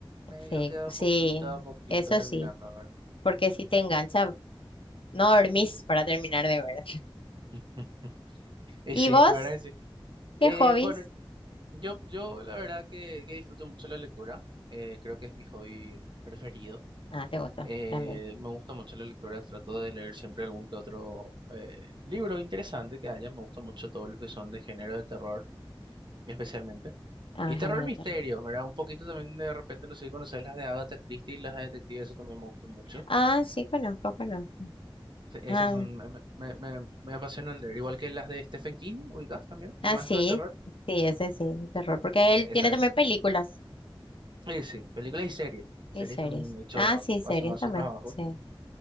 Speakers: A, on the right; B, on the left.
A: medio
B: sí,
A: quedo
B: sí,
A: poquito a poquito
B: eso
A: terminando,
B: sí,
A: ¿verdad?
B: porque si te engancha, no dormís para terminar de ver. <laughs>
A: <laughs> Y
B: ¿Y
A: sí,
B: vos?
A: la verdad que sí.
B: ¿Qué
A: Eh,
B: hobbies?
A: bueno, yo, yo la verdad que, que disfruto mucho la lectura. Eh, creo que es mi hobby preferido.
B: Ah, te gusta
A: Eh,
B: también.
A: me gusta mucho la lectura. Trato de leer siempre algún que otro eh, libro interesante que haya. Me gusta mucho todos los que son de género de terror, especialmente.
B: Ah,
A: Y
B: género
A: terror misterio,
B: de terror.
A: ¿verdad? Un poquito también de repente, no sé si conoces las de Agatha Christie, las de detectives, eso también me gustan mucho.
B: Ah, sí, conozco, conozco.
A: Sí, Esas
B: Ah,
A: son, me, me, me, me apasionan leer, igual que las de Stephen King, ubicás también,
B: ah,
A: El Maestro
B: sí,
A: del Terror.
B: sí, ese sí, terror. Porque
A: Eh,
B: él tiene
A: esa, esa.
B: también películas
A: Sí, sí, películas y series. Series
B: y series.
A: también he hecho
B: Ah, sí, series
A: basadas
B: también,
A: en sus trabajos.
B: sí.